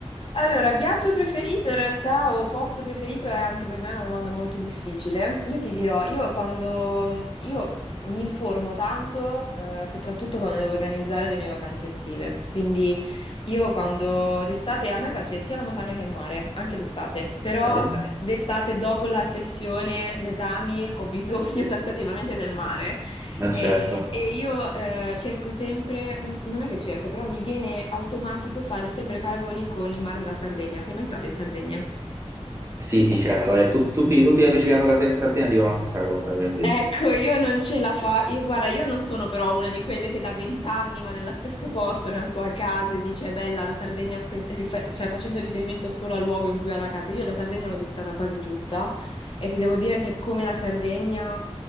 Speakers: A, on the left; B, on the right.
A: Allora, viaggio preferito in realtà o posto preferito è anche per me una domanda molto difficile. Io ti dirò, io quando io mi informo tanto, eh, soprattutto quando devo organizzare le mie vacanze estive. Quindi io quando d'estate a me piace sia la montagna che il mare, anche d'estate, però
B: Ok?
A: d'estate dopo la sessione d'esami ho bisogno <laughs> tassativamente del mare
B: Ma
A: e,
B: certo.
A: e io eh, cerco sempre, mh, non è che cerco, però mi viene automatico fare sempre paragoni con il mare della Sardegna. Sei mai stato in Sardegna?
B: Sì, sì, certo. E tut- tutti, tutti gli amici che hanno casa in Sardegna dicono la stessa cosa, quindi.
A: Ecco, io non ce la fa. io- guarda, io non sono però una di quelle che da vent'anni va nello stesso posto, nella sua casa e dice è bella la Sardegna, pe- rife- cioè facendo riferimento solo al luogo in cui ha la casa. Io la Sardegna l'ho visitata quasi tutta e ti devo dire che come la Sardegna